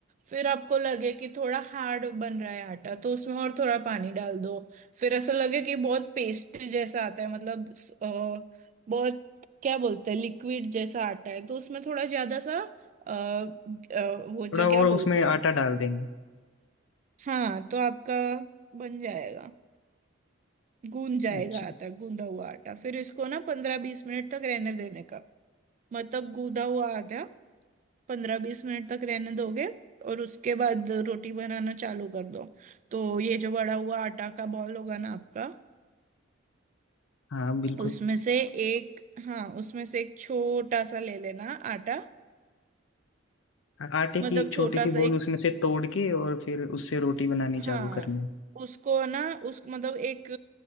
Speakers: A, on the right (about 40°); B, on the left (about 80°).
A: फिर आपको लगे कि थोड़ा हार्ड बन रहा है आटा तो उसमें और थोड़ा पानी डाल दो फिर ऐसा लगे कि बहुत पेस्ट जैसा आता है मतलब स- अ, बहुत क्या बोलते हैं लिक्विड जैसा आटा है तो उसमें थोड़ा ज्यादा सा अ, अ, वो जो
B: थोड़ा
A: क्या
B: और
A: बोलते
B: उसमें
A: हैं
B: आटा डाल देंगे
A: हाँ तो आपका बन जाएगा गूंद जाएगा
B: अच्छा
A: आटा गूंदा हुआ आटा फिर इसको ना पंद्रह बीस मिनट तक रहने देने का मतलब गूंदा हुआ आटा पंद्रह बीस मिनट तक रहने दोगे और उसके बाद रोटी बनाना चालू कर दो तो ये जो बड़ा हुआ आटा का बॉल होगा ना आपका
B: हाँ बिल्कुल
A: उसमें से एक हाँ उसमें से एक छोटा सा ले लेना आटा
B: आ- आटे
A: मतलब
B: की एक छोटी
A: छोटा
B: सी
A: सा
B: बोल
A: एक
B: उसमें से तोड़ के और फिर उससे रोटी बनानी
A: हाँ
B: चालू करनी
A: उसको ना उस मतलब एक